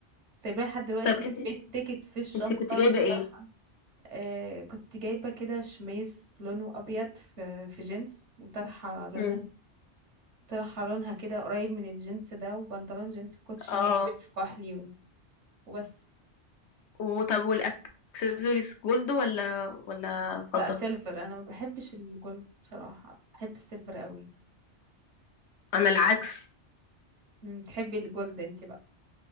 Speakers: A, on the right (about 80°); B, on the left (about 75°).
A: سايباها لحد دلوقتي
B: طب انت
A: بالتيكت في الشنطة
B: انت كنت جايبه
A: بالطرحة
B: ايه
A: آه كنت جايبة كده شميز لونه أبيض في, في جينز وطرحة لونها
B: مم.
A: طرحة لونها كده قريب من الجينز ده وبنطلون جينز كوتشي
B: اه
A: أبيض في كحلي و- وبس
B: وطب والاكسسوارز جولد ولا ولا
A: لا
B: فضه
A: سيلفر أنا ما بحبش الجولد بصراحة بحب السيلفر قوي
B: انا العكس
A: مم، تحبي الجولد انت بقى